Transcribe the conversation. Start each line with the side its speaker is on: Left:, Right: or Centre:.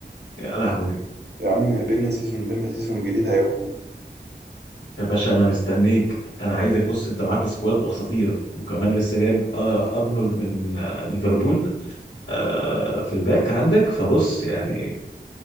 Left: يا لهوي
Right: يا عم بينا سيزون بينا سيزون جديد هيحكم
Left: يا باشا انا مستنيك انا عايزك بص انت معاك سكواد اساطير وكمان لسه جايب آه، ارنولد من آه، ليفربول آه، في الباك عندك فبص يعني